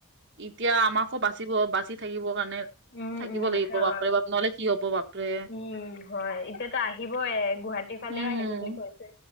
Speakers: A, on the right; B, on the left.
A: এতিয়া আমাকো বাছিব, বাছি থাকিবৰ কাৰণে।
B: উম
A: থাকিব
B: উম
A: লাগিব
B: হয়।
A: বাপেৰে বাপ নহ'লে কি হব, বাপেৰে।
B: উম হয়, এতিয়াতো আহিবই গুৱাহাটী। ফালেও
A: উম,
B: আহিব বুলি কৈছে